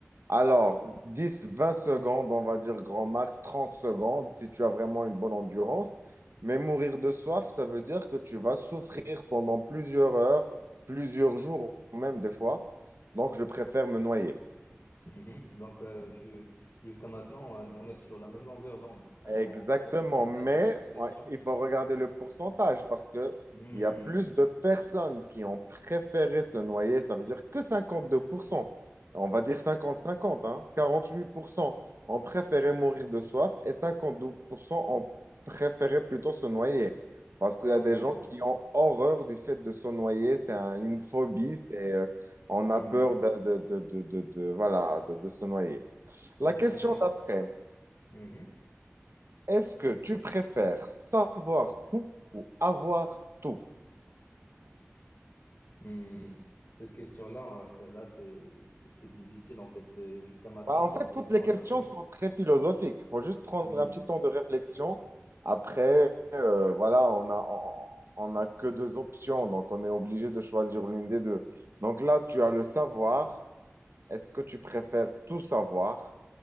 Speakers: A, on the right (about 65°); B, on the left (about 50°).
A: alors 10, 20 secondes, on va dire grand max, 30 secondes, si tu as vraiment une bonne endurance. Mais mourir de soif, ça veut dire que tu vas souffrir pendant plusieurs heures, plusieurs jours, même des fois. Donc, je préfère me noyer.
B: mhm. donc euh, je- jusqu'à maintenant, on on est sur la même longueur d'onde. Allez,
A: Exactement,
B: on, voit les- on regarde
A: mais
B: les autres questions.
A: euh, il faut regarder le pourcentage parce que
B: Hmm.
A: il y a plus de personnes qui ont préféré se noyer, ça veut dire que 52%, on va dire 50-50, hein, 48% ont préféré mourir de soif et 52% ont préféré plutôt se noyer parce qu'il
B: Ah
A: y a
B: ouais,
A: des gens qui ont horreur du fait de se noyer, c'est un- une phobie, c'est euh, on
B: Hmm.
A: a peur de, de, de, de, de- de- voilà, de de se noyer.
B: Hmm,
A: La question
B: C'est vrai.
A: d'après.
B: Mhm.
A: Est-ce que tu préfères savoir tout ou avoir tout?
B: Hmm. Cette question-là, euh, celle-là, c'est c'est très difficile en fait. C'est- Jusqu'à maintenant,
A: Bah, en
B: c'est
A: fait,
B: la question
A: toutes les questions
B: la plus,
A: sont très philosophiques. Il faut juste prendre
B: oui,
A: un petit temps de réflexion. Après, euh, voilà, on a, on, on a que deux options, donc on est obligé de choisir l'une des deux. Donc là, tu as le savoir. Est-ce que tu préfères tout savoir